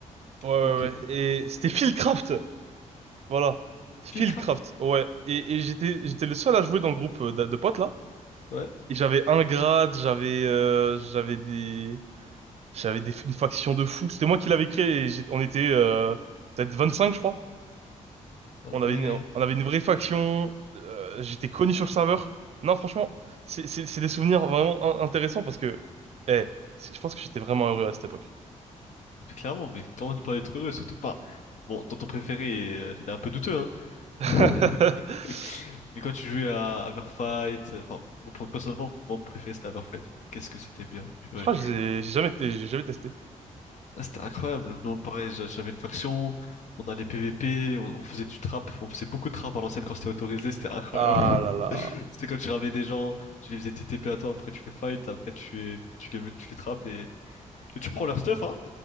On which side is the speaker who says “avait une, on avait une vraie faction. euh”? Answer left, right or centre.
Right